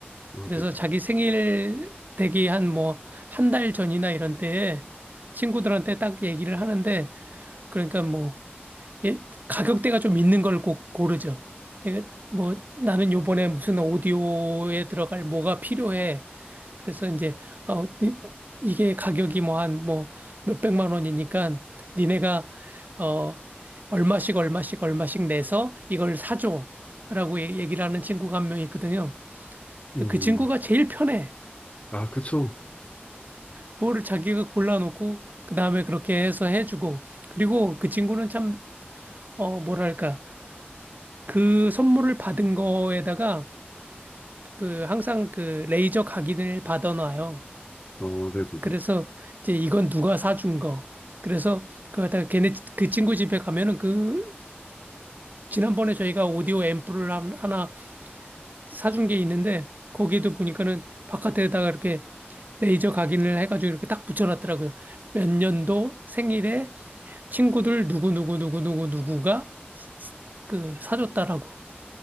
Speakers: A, on the left; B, on the right.
A: 어,
B: 그래서
A: 네네.
B: 자기 생일 되기 한 뭐 한 달 전이나 이런 때에 친구들한테 딱 얘기를 하는데, 그러니까 뭐 예, 가격대가 좀 있는 걸 꼭 고르죠. 그러니까 뭐 나는 요번에 무슨 오디오에 들어갈 뭐가 필요해. 그래서 이제 어, 니- 이게 가격이 뭐 한 뭐 몇백만 원이니까 니네가 어 얼마씩 얼마씩 얼마씩 내서 이걸 사줘라고 얘- 얘기를 하는 친구가 한 명 있거든요.
A: 음,
B: 그 친구가 제일 편해.
A: 아, 그쵸.
B: 뭐를 자기가 골라놓고 그 다음에 그렇게 해서 해주고 그리고 그 친구는 참 어 뭐랄까 그 선물을 받은 거에다가 그 항상 그 레이저 각인을 받아놔요.
A: 어, 네네네.
B: 그래서 이제 이건 누가 사준 거. 그래서 그다가 걔네 집- 그 친구 집에 가면은 그 지난번에 저희가 오디오 앰프를 한- 하나 사준 게 있는데 거기에도 보니까는 바깥에다가 이렇게 레이저 각인을 해가지고 이렇게 딱 붙여놨더라고요. 몇 년도 생일에 친구들 누구 누구 누구 누구 누구가 그 사줬다라고.